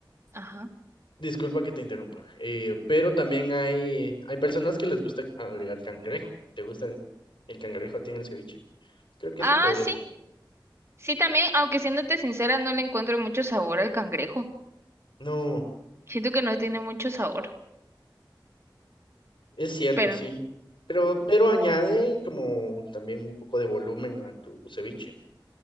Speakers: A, on the right; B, on the left.
A: Ajá.
B: disculpa que te interrumpa, eh, pero también hay, hay personas que les gusta agregar cangrejo. ¿Te gusta el, el cangrejo a ti en el ceviche? Creo que
A: Ah,
B: eso podría
A: sí,
B: ser.
A: Sí, también, aunque siéndote sincera, no le encuentro mucho sabor al cangrejo.
B: No,
A: Siento que no tiene mucho sabor,
B: es cierto,
A: pero
B: sí. Pero, pero añade como también un poco de volumen a tu ceviche.